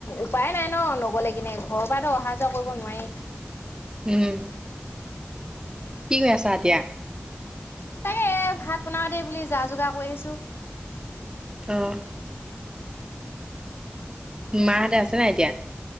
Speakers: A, on the left; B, on the right.
A: উপায় নাই ন'নগলে কেনে ঘৰৰ পৰাতো অহা যোৱা কৰিব নোৱায়ে।
B: উম, কি কৈ আছা এতিয়া?
A: তাকে এ ভাত বনাওঁ দেই বুলি যা যোগাৰ কৰি আছো।
B: অ',
A: অ',
B: মাহঁতে আছে নাই এতিয়া?